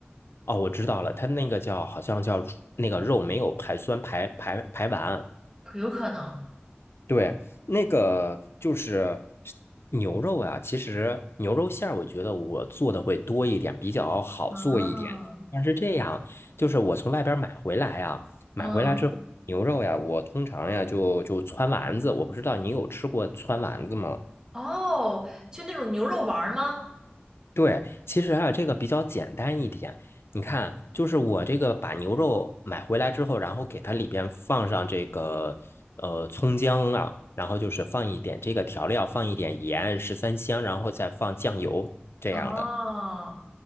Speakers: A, on the left (about 90°); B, on the right (about 20°).
A: 哦，我知道了，它那个叫好像叫那个肉没有排酸排排排完。
B: 有可能。
A: 对，那个就是牛肉啊，其实牛肉馅儿，我觉得我做的会多一点，比较好做一点。
B: 啊，
A: 但是这样，就是我从外边儿买回来呀、买回来之后牛肉呀，
B: 嗯，
A: 我通常呀就就汆丸子，我不知道你有吃过汆丸子吗？
B: 哦，就那种牛肉丸儿吗？
A: 对，其实啊，这个比较简单一点。你看，就是我这个把牛肉买回来之后，然后给它里边放上这个呃葱姜啊，然后就是放一点这个调料，放一点盐、十三香，然后再放酱油这样的。
B: 哦，